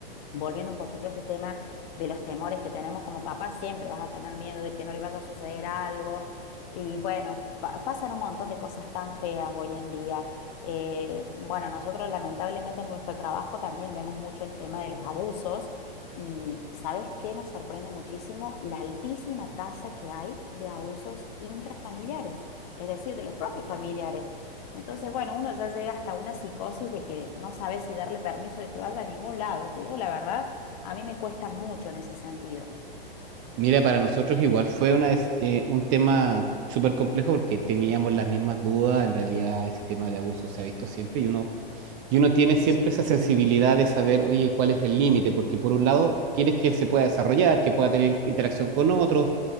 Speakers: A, on the left; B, on the right.
A: Volviendo un poquito a este tema de los temores que tenemos como papás, siempre vas a tener miedo de que no le vaya a suceder algo. Y bueno, pa- pasan un montón de cosas tan feas hoy en día. Eh, bueno, nosotros lamentablemente en nuestro trabajo también vemos mucho el tema de los abusos. Y ¿sabes qué? Nos sorprende muchísimo la altísima tasa que hay de abusos intrafamiliares, es decir, de los propios familiares. Entonces, bueno, uno ya llega hasta una psicosis de que no sabe si darle permiso de que vaya a ningún lado. Te digo la verdad, a mí me cuesta mucho en ese sentido.
B: Mira, para nosotros igual fue una, des- eh, un tema súper complejo porque teníamos las mismas dudas. En realidad, ese tema de abuso se ha visto siempre y uno, y uno tiene siempre
A: Sí,
B: esa sensibilidad de saber, oye, cuál es el límite, porque por un lado, quieres que él se pueda desarrollar, que pueda tener interacción con otros,